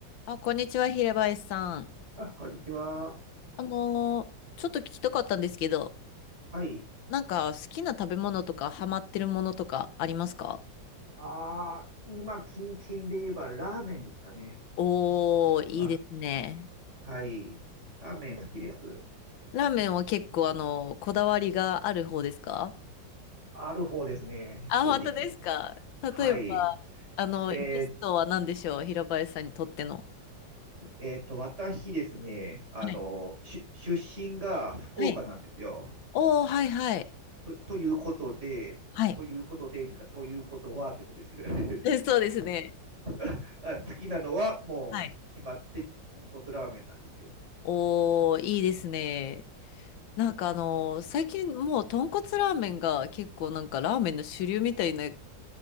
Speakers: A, on the left; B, on the right.
A: あ、こんにちは、平林さん。
B: あ、こんにちは。
A: あのーちょっと聞きたかったんですけど、
B: はい。
A: なんか好きな食べ物とかハマってるものとかありますか
B: ああ、今、キンキンで言えばラーメンですかね。
A: おー、いいですね。
B: あ、はい。ラーメン好きです。
A: ラーメンは結構あの、こだわりがある方ですか
B: ある方ですね。
A: あ、
B: 正直。
A: 本当ですか例えば、
B: はい。
A: あの、
B: えー
A: ベストは何でしょう平林さんにとっての。
B: えーと、私ですね、あの、
A: はい。
B: し出身が福岡なんですよ。
A: はい。おー、はいはい。
B: と、ということで、
A: はい。
B: ということで、てかということはってことですよね。
A: <laughs> で、そうですね。
B: <laughs> あ、好きなのはもう決まって豚骨ラーメンなんですよ。
A: はい。おー、いいですね。なんかあのー最近もう豚骨ラーメンが結構なんかラーメンの主流みたいな